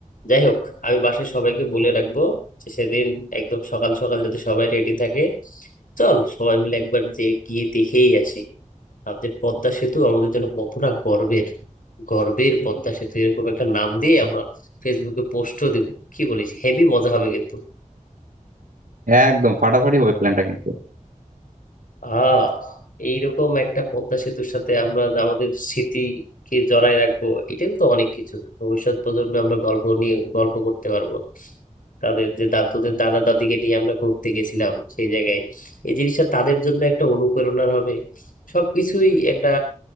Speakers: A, on the left (about 80°); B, on the right (about 85°).
A: যাই হোক আমি বাসায় সবাইকে বলে রাখবো যে সেদিন একদম সকাল সকাল যদি সবাই রেডি থাকে চল সবাই মিলে একবার যে গিয়ে দেখেই আসি আমাদের পদ্মা সেতু আমাদের জন্য কতটা গর্বের গর্বের পদ্মা সেতু এরকম একটা নাম দিয়ে আমরা ফেসবুকে পোস্টও দিব কি বলিস হেভি মজা হবে কিন্তু
B: একদম ফাটাফাটি হবে প্ল্যানটা কিন্তু
A: আহ এইরকম একটা পদ্মা সেতুর সাথে আমরা আমাদের স্মৃতিকে জড়ায় রাখবো এটাই তো অনেক কিছু ভবিষ্যৎ প্রজন্মে আমরা গল্প নিয়ে গল্প করতে পারবো তাদের যে দাদুদের দাদা দাদিকে নিয়ে আমরা ঘুরতে গেছিলাম সেই জায়গায় এই জিনিসটা তাদের জন্য একটা অনুপ্রেরণার হবে সবকিছুই একটা